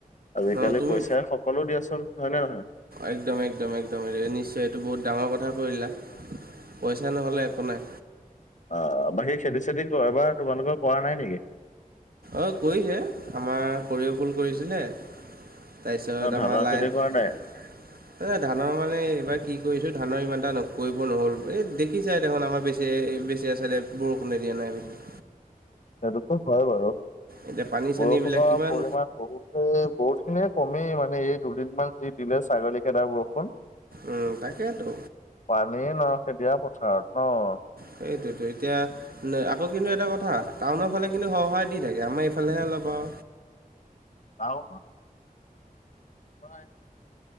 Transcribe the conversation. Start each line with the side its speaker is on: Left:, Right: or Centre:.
Left: আজিকালি
Right: অ' তুমি
Left: পইচাই সকলো দিয়াচোন। হয় নে নহয়?
Right: একদম, একদম, একদম, নিশ্চয়। এইটো বহুত ডাঙৰ কথা কৈ দিলা। পইচা নহ'লে একো নাই।
Left: অ'! বাকী, খেতি -চেতি এবাৰ, তোমালোকৰ কৰা নাই নেকি?
Right: অ'! কৰিছে। আমাৰ সৰিয়হ ফুল কৰিছিলে। তাৰপিছত
Left: ন
Right: আমাৰ
Left: ধানৰ
Right: লাই
Left: খেতি
Right: এ,
Left: কৰা নাই?
Right: ধানৰ মানে, এইবাৰ কি কৰিছোঁ! ধানৰ ইমান এটা কৰিব নহ'ল। এই, দেখিছাই দেখোন আমাৰ বে যে, <unintelligible> চাইডে বৰষুণে দিয়া নাই বুলি।
Left: সেইটোতো হয় বাৰু।
Right: এতিয়া পানী
Left: বৰষুণৰ
Right: চানীবিলাক কিমান
Left: পৰিমণ বহুত! এ, বহুত খিনিয়ে কমেই। মানে, এই দুদিন মান যি দিলে, ছাগলী খেদা বৰষুণ।
Right: উম, তাকেতো
Left: পানীয়ে নহ'ল, <unintelligible> পথাৰত ন'?
Right: সেইটোতো, এতিয়া <unintelligible> আকৌ, কিন্তু এটা কথা, টাউনৰ ফালে কিন্তু, সৰ- সৰাই দি থাকে। আমাৰ এইফালেহে, অলপ আও
Left: টাউনত? হয়!